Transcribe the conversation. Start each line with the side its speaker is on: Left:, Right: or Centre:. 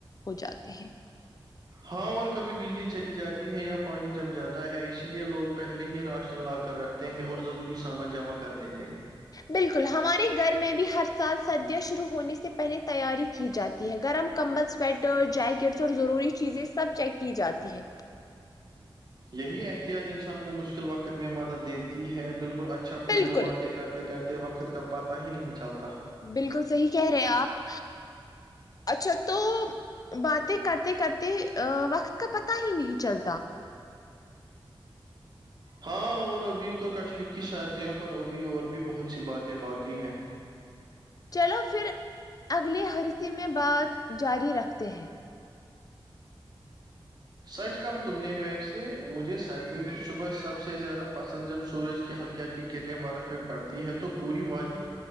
Left: ہو جاتے ہیں
Right: ہاں اور کبھی بجلی چلی جاتی ہے یا پانی جم جاتا ہے اسی لیے لوگ پہلے ہی راشن لا کر رکھ ہیں اور ضروری سامان جمع کر لیتے ہیں
Left: بالکل ہمارے گھر میں بھی ہر سال سردیاں شروع ہونے سے پہلے تیاری کی جاتی ہے گرم کمبل سویٹر جیکٹس اور ضروری چیزیں سب چیک کی جاتی ہیں
Right: یہی احتیاط انسان کو مشکل وقت میں مدد دیتی ہے بالکل اچھا خوشبو
Left: بالکل
Right: باتیں کر کرتے وقت کا پتہ ہی نہیں چلتا
Left: بالکل صحیح کہہ رہے آپ اچھا تو باتیں کرتے کرتے وقت کا پتا ہی نہیں چلتا
Right: ہاں اور ابھی تو کشمیر کی سردیوں پر ابھی اور بھی بہت سی باتیں باقی ہیں
Left: چلو پھر اگلے حرثے میں بات جاری رکھتے ہیں
Right: سچ کہا تم نے ویسے مجھے سردیوں کی صبح سب سے زیادہ پسند جب سورج کی ہلکی ہلکی کرنیں برف میں پڑت تی ہے تو پوری وادی